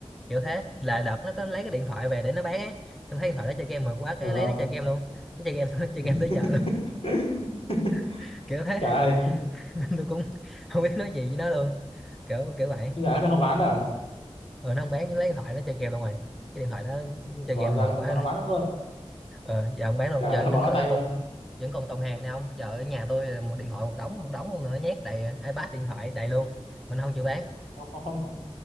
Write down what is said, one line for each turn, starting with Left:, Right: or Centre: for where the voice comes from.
Centre: kiểu thế là đợt nó có lấy cái điện thoại về để nó bán á xong thấy điện thoại nó chơi game mượt quá
Left: ừ
Centre: cái
Left: không
Centre: lấy nó chơi game luôn nó chơi game xong nó <laughs> chơi
Left: <laughs>
Centre: game tới giờ luôn <laughs> kiểu thế
Left: trời ơi
Centre: nên tôi cũng không biết nói gì với nó luôn kiểu kiểu vậy
Left: bây giờ nó không bán à
Centre: ừ, nó không bán nhưng lấy điện thoại nó chơi game luôn rồi cái điện thoại đó nó
Left: Ủa,
Centre: chơi game
Left: ra
Centre: mượt quá
Left: ra không bán được luôn
Centre: ờ, giờ không bán luôn
Left: trả
Centre: giờ
Left: ra
Centre: đứng
Left: bỏ
Centre: còn
Left: tay
Centre: vẫn còn
Left: luôn
Centre: vẫn còn tồn hàng nè ông giờ ở nhà tôi là một điện thoại một đống một đống luôn nữa nhét đầy iPad điện thoại đầy luôn mình không chịu bán
Left: không không không